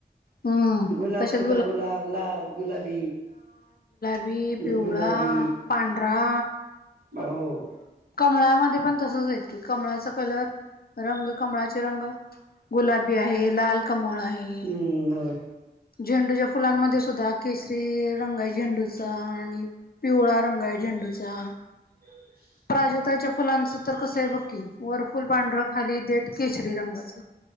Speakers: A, on the left (about 65°); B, on the right (about 60°).
A: हम्म
B: गुलाब
A: तसेच
B: सुधा, गुलाब लाल, गुलाबी
A: वी पिवळा,
B: गुलाबी
A: पांढरा
B: म हो
A: कमळामध्ये पण तसच आहेत की, कमळाचा कलर, रंग कमळाचे रंग गुलाबी आहे लाल कमळ आहे.
B: हम्म होय
A: झेंडूच्या फुलांमध्ये सुद्धा, केसरी रंग आहे झेंडूचा आणि पिवळा रंग आहे झेंडूचा.
B: <inaudible>
A: प्राजक्ताच्या फुलांचं तर कसं आहे बक्की वरफुल पांढरं खाली देट केशरी रंगाचं